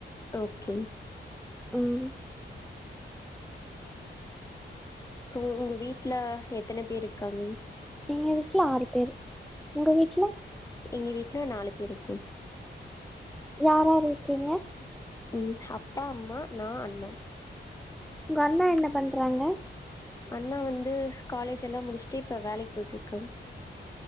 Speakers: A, on the left; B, in the centre.
A: ஓகே
B: ம்
A: அப்றோ உங்க வீட்ல எத்தன பேர் இருக்காங்க
B: எங்க வீட்ல ஆறு பேர் உங்க வீட்ல
A: எங்க வீட்ல நாலு பேர் இருக்கோ
B: யார்ரார் இருக்கீங்க
A: ம் அப்பா அம்மா நா அண்ணா
B: உங்க அண்ண என்ன பண்றாங்க
A: அண்ணா வந்து காலேஜ் எல்லா முடிச்சுட்டு இப்ப வேலைக்கு போயட்ருக்காங்